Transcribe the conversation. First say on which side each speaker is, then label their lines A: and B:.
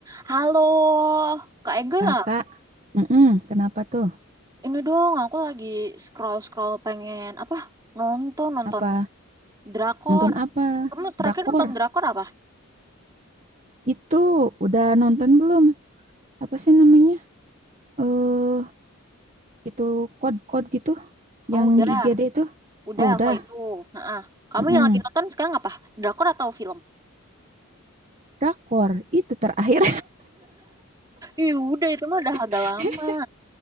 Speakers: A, on the right; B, on the right.
A: Halo, Kak Ega.
B: Kakak, mm kenapa tuh?
A: Ini dong, aku lagi scroll-scroll pengen apa? Nonton, nonton
B: Apa
A: drakor.
B: nonton apa?
A: Kamu terakhir
B: Drakor?
A: nonton drakor apa?
B: Itu udah nonton belum? Apa sih namanya? Eh, itu kode-kode gitu
A: Oh,
B: yang
A: udah.
B: di IGD itu?
A: Udah,
B: Oh, udah.
A: aku itu. Heeh. Kamu
B: mm
A: yang lagi nonton sekarang apa? Drakor atau film?
B: Drakor itu terakhir.
A: Ih, udah itu mah udah agak
B: <laughs>
A: lama.